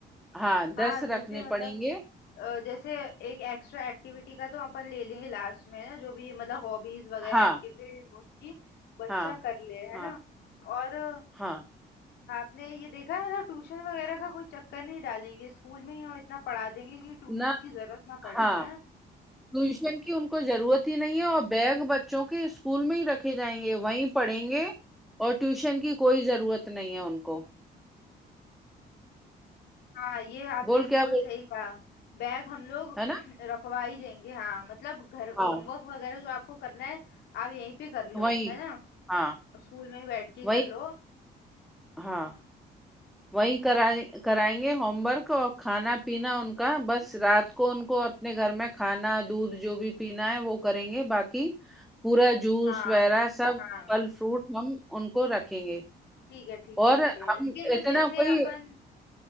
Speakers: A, in the centre; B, on the left (about 80°).
A: हाँ दस
B: हाँ जैसे
A: रखने
B: मतलब
A: पड़ेंगे
B: अ, जैसे एक एक्स्ट्रा एक्टिविटी का तो अपन ले लेंगे लास्ट में है ना जो भी मतलब हॉबीज वगैरह
A: हाँ
B: एक्टिविटी उसकी बच्चा
A: हाँ
B: कर ले है
A: हाँ
B: ना और अ,
A: हाँ
B: आपने ये देखा है मतलब ट्यूशन वगैरह का कोई चक्कर नहीं डालेंगे स्कूल में ही हम इतना पढ़ा देंगे कि ट्यूशन
A: ना
B: की जरूरत ना पड़े
A: हाँ
B: है ना
A: ट्यूशन की उनको जरूरत ही नहीं है और बैग बच्चों के स्कूल में ही रखे जाएंगे वहीं पढ़ेंगे और ट्यूशन की कोई जरूरत नहीं है उनको
B: हाँ ये आपने
A: बोल
B: बिल्कुल
A: क्या बोल
B: सही कहा बैग हम लोग
A: है ना
B: <clears throat> रखवा ही लेंगे हाँ मतलब घर होमवर्क
A: हाँ
B: वगैरह जो आपको करना है आप यहीं पे कर लो
A: वही
B: है ना
A: हाँ
B: स्कूल में ही बैठ के ही
A: वही
B: कर लो
A: हाँ वही करा कराएंगे होमवर्क और खाना पीना उनका बस रात को उनको अपने घर में खाना दूध जो भी पीना है वो करेंगे बाकी पूरा जूस
B: हाँ
A: वगैरह सब
B: हाँ
A: फल फ्रूट हम उनको रखेंगे
B: ठीक है ठीक
A: और
B: है ठीक
A: हम
B: है लेकिन
A: इतना
B: जैसे
A: कोई
B: अपन